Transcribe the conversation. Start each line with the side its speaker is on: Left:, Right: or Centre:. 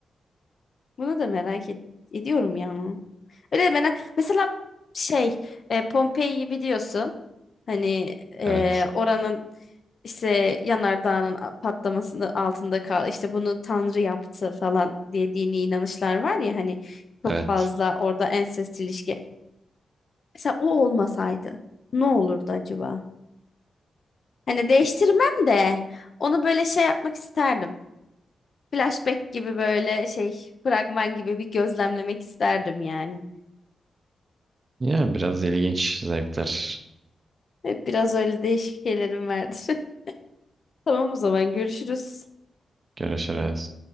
Left: Bunu da merak et- ediyorum ya. Öyle merak mesela şey e, Pompei'yi biliyorsun. Hani e,
Right: Evet.
Left: oranın işte yanardağının a- patlamasının altında kal işte bunu Tanrı yaptı falan diye dini inanışlar var ya hani çok
Right: Evet.
Left: fazla orada ensest ilişki. Mesela o olmasaydı ne olurdu acaba? Hani değiştirmem de onu böyle şey yapmak isterdim. Flashback gibi böyle şey fragman gibi bir gözlemlemek isterdim yani.
Right: Ya biraz ilginç zevkler.
Left: Hep biraz öyle değişik şeylerim vardır. <laughs> Tamam o zaman görüşürüz.
Right: Görüşürüz.